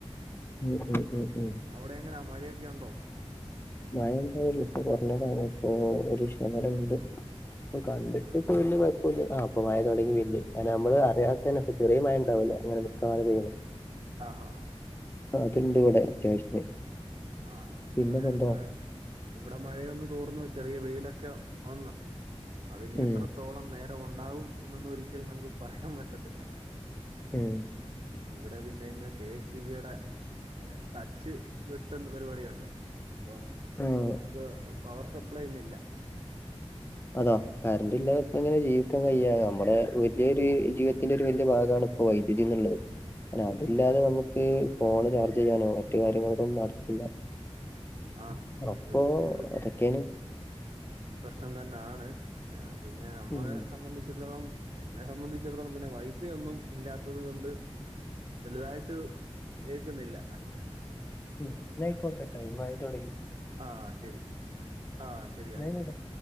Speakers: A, on the left; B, on the right.
A: ഉം ഉം ഉം ഉം
B: അവടെ എങ്ങന മഴയൊക്കെ ഉണ്ടോ?
A: മഴ ഉണ്ടായാര്ന്ന് ഇപ്പൊ കൊറഞ്ഞതാണ് ഇപ്പൊ ഒരു ശമനണ്ട് പ്പൊ കണ്ടിട്ട്
B: ആഹ്
A: ഇപ്പം പിന്നേ വല്യകൊഴപ്പൊന്ന് ആഹ് ഇപ്പ മഴ തൊടങ്ങി പിന്നിം നമ്മള് അറിയാതെന്നെ ഇപ്പ ചെറിയെ മഴ ഉണ്ടവോല്ലോ ങ്ങന നിക്കാതെ പെയ്യുന്ന
B: ആഹ് ഹാ
A: അതിണ്ട് ഇവിടെ അത്യാവശ്യത്തിന്.
B: ആഹ് ഇവിടെ
A: പിന്നെപ്പെന്താ
B: മഴ ഇവിടെ മഴയൊന്ന് തൂർന്ന് ചെറിയ വെയിലൊക്കെ വന്ന് അതിനി
A: ഉം,
B: എത്ര ത്രത്തോളം നേരം ഉണ്ടാവും എന്നൊന്നും ഒരിക്കലും നമുക്ക് പറയാൻ പറ്റത്തില്ല..
A: ഉം
B: ഇവിടെ പിന്നെ ഇന്ന് കെ എസ് സി ബിയുടെ ഹേ ടച്ച് റ്റ് പരിപാടിയുണ്ട് അപ്പം
A: ആഹ്
B: നമുക്ക് പവർ സപ്ലൈ ന്ന്ല്ല.
A: അതാ കറണ്ട് ഇല്ലാതെപ്പ എങ്ങനെയ ജീ ക്കാൻ കയ്യ നമ്മടെ വല്ല്യോര് ജീവിതത്തിന്റെ ഒരു വല്ല്യ ഭാഗാണ് ഇപ്പോ വൈദ്യുതി ന്ന്ള്ളത്. ഞ അതല്ലാതെ നമുക്ക് ഫോണ് ചാർജ് ചെയ്യാനോ മറ്റു കാര്യങ്ങളൊക്കൊന്നു നടക്കില്ല.
B: ആ
A: അപ്പൊ
B: അത് വലിയൊരു
A: അതക്കേണ്
B: പ്രശ്നം തെന്നാണ് പിന്നെ നമ്മളെ
A: ഉം.
B: സംബന്ധിച്ചടത്തോളം എന്നെ സംബന്ധിച്ചിടത്തോളം പിന്നെ വൈഫൈ ഒന്നും ഇല്ലാത്തത് കൊണ്ട് വലുതായിട്ട് ഏക്കുന്നില്ല.
A: മ്മ് ന്നയിക്കോട്ടെ ടൈംമായി തൊടങ്ങി.
B: ആഹ് ശരി ആഹ് ശരി
A: എന്നായിക്കോട്ടെ.
B: ആയിക്കോട്ടെ.